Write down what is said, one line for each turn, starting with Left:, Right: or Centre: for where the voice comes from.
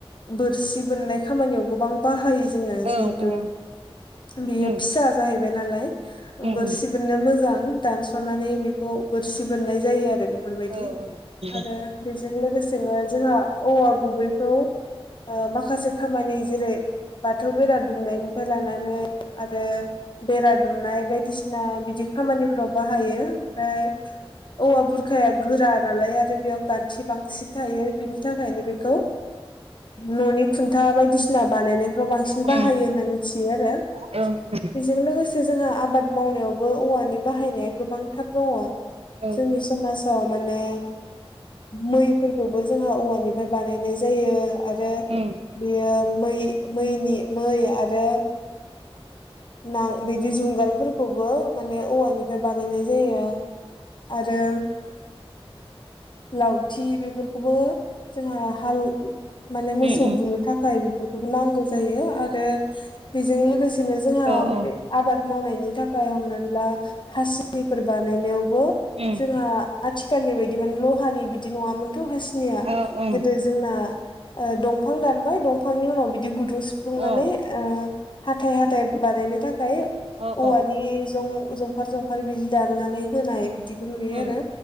Left: बोरसि बोननाय खामानियाव गोबां बाहायो जोङो
Right: औ
Left: जिहेथु
Right: उम उम
Left: बेयो
Right: उम
Left: फिसा जाहैबाय नालाय बोरसि
Right: उम
Left: बोननो मोजां दानस'नानै बेखौ बोरसि बोननाय जायो आरो बे बेफोरबायदि
Right: औ औ नंगौ औ
Left: आरो बेजों लोगोसेनो जोंहा औवा गुबैखौ माखासे खामानि जेरै बाथौ बेरा दुमनायनिफ्राय लानानै आरो बेरा दुमनाय बायदिसिना बिदि खामानिफोराव बाहायो ओमफ्राय औवा बुरखाया गोरा नालाय आरो बेयाव खान्थि बांसिन थायो बिनि बि थाखायनो बेखौ न'नि खुन्था बायदिसिना बानायनो ाव बांसिन
Right: उम
Left: बाहायो होननानै मिथियो आरो
Right: ओं उम
Left: बेजों लोगोसे से जोंहा आबाद मावनायावबो औवानि बाहायनाया गोबांथार दङ
Right: औ
Left: जोंनि समाज माने मैफोरखौबो जोंहा औवानिफ्राय बानायनाय जायो आरो
Right: उम
Left: बेयो मै मैनि मै आरो न बिदि जुंगालफोरखौबो माने औवानिफ्राय बानायनाय जायो आरो लावथि बेफोरखौबो जोंहा हाल माने मोसौ
Right: उम उम
Left: बुनो थाखाय बेफोरखौबो नांगौ जायो आरो बेजों लोगोसेनो जोंहा
Right: औ औ
Left: आबाद मावनायनि थाखाय हमनानै ला हासिफोर बानायनायावबो
Right: उम
Left: जोंहा आथिखालनि बायदि माने लहानि बिदि नङामोनथ' हासिनिया
Right: औ ओं
Left: गोदो जोंना दंफां दानबाय दंफांनि उनाव बिदि गुदुं सिफ्लुंनानै
Right: औ
Left: हाथथाय हाथथाय बानायनो थाखाय
Right: औ
Left: औवानि
Right: औ
Left: ज ज सफखार जंफ बिदि दाननानै होनाय बिदिखौ नुयो
Right: उम
Left: आरो